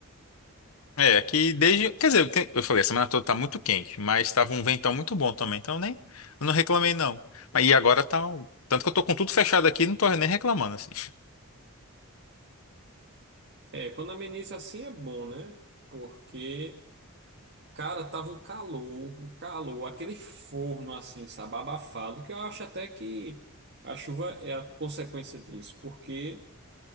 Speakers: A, on the left (about 70°); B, on the right (about 50°).
A: É, aqui desde. Quer dizer, que- eu falei, a semana toda tá muito quente, mas tava um ventão muito bom também, então eu nem. Eu não reclamei, não. Mas E agora tá. um- Tanto que eu tô com tudo fechado aqui, não tô nem reclamando, assim. <laughs>
B: É, quando ameniza assim é bom, né? Porque, cara, tava um calor, um calor, aquele forno assim, sabe, abafado, que eu acho até que a chuva é a consequência disso, porque